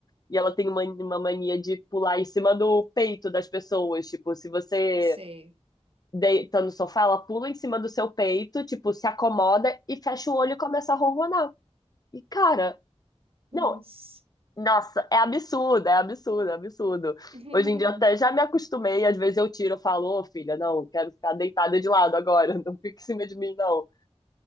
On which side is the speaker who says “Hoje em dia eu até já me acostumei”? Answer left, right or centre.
Left